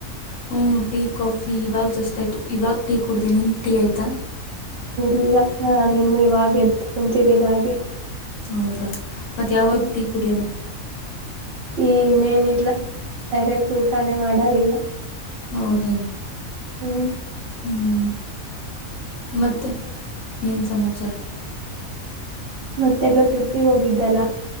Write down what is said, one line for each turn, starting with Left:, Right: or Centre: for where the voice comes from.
Left: ಹ್ಮ ಟೀ ಕಾಫಿ ಇವಾಗ ಜಸ್ಟ್ ಆಯ್ತು ಇವಾಗ ಟೀ ಕುಡ್ದ ನಿನ್ ಟೀ ಆಯ್ತಾ
Right: ಇಲ್ಲ ನಾನ ಇನ್ನು ಇವಾಗ ಎದ್ದು ಕುಂತಿದ್ದೀನ ಹಾಗೆ
Left: ಹೌದಾ ಮತ್ತ್ ಯಾವಾಗ
Right: ಹ್ಮ್
Left: ಟೀ ಕುಡಿಯದು
Right: ಈ ಇನ್ನೇನಿಲ್ಲ ಡೈರೆಕ್ಟ್ ಊಟಾನೆ ಮಾಡೋದಿಂದ
Left: ಹೌದೇನು
Right: ಹ್ಮ್
Left: ಹ್ಮ್ ಮತ್ತೆ ಏನು ಸಮಾಚಾರ
Right: ಮತ್ತೆಲ್ಲೋ ಟ್ರಿಪ್ಪಿಗೆ ಹೋಗಿದ್ದಲ್ಲ